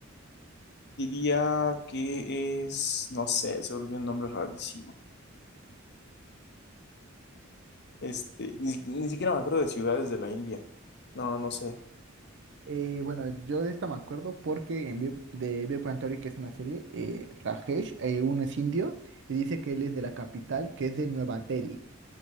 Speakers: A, on the left; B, on the right.
A: Diría que es, no sé, seguro tiene un nombre rarísimo. Este, ni, si, ni siquiera me acuerdo de ciudades de la India. No, no sé.
B: Eh, bueno, yo de esta me acuerdo porque en Big- de Big Bang Theory, que es una serie, eh, Rajesh, eh, uno es indio y dice que él es de la capital, que es de Nueva Delhi.